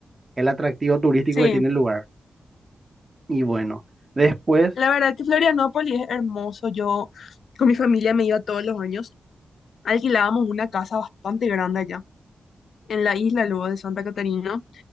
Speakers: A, on the right (about 30°); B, on the left (about 80°).
A: el atractivo turístico
B: Sí,
A: que tiene el lugar. Y bueno, después,
B: la verdad que Florianópolis es hermoso. Yo con mi familia me iba todos los años. Alquilábamos una casa bastante grande allá, en la isla luego de Santa Catarina,